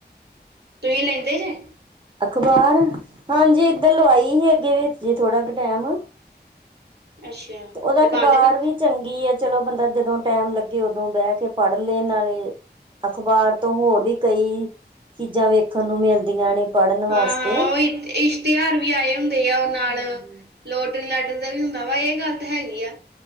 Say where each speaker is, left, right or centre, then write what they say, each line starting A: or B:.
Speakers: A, on the right; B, on the right.
A: ਤੁੂਸੀ ਲੈਂਦੇ ਜੇ
B: ਅਖ਼ਬਾਰ, ਹਾਂਜੀ ਇੱਧਰ ਲਵਾਈ ਸੀ ਅੱਗੇ ਵੀ ਜੇ ਥੋੜਾ ਕੁ ਟਾਈਮ
A: ਅੱਛਾ
B: ਤੇ ਉਹਦਾ ਅਖ਼ਬਾਰ
A: ਬੰਦ ਕਰ
B: ਵੀ ਚੰਗੀ ਹੈ, ਚਲੋ ਬੰਦਾ ਜਦੋਂ ਟਾਈਮ ਲੱਗੇ, ਉਦੋਂ ਬਹਿ ਕੇ ਪੜ੍ਹ ਲਏਣ ਨਾਲੇ ਅਖ਼ਬਾਰ ਤੋਂ ਹੋਰ ਵੀ ਕਈ ਚੀਜ਼ਾਂ ਵੇਖਣ ਨੂੰ ਮਿਲਦੀਆਂ ਨੇ, ਪੜ੍ਹਨ ਵਾਸਤੇ
A: ਹਾਂ
B: ਹਾਂ
A: ਉਹ ਇ ਇਸ਼ਤਿਹਾਰ ਵੀ ਆਏ ਹੁੰਦੇ ਆ ਉਹ ਨਾਲ
B: <unintelligible>
A: ਲੋਟਰੀ ਲਾਟਰੀ ਦਾ ਵੀ ਹੁੰਦਾ ਵਾ, ਇਹ ਗੱਲ ਤਾਂ ਹੈਗੀ ਆ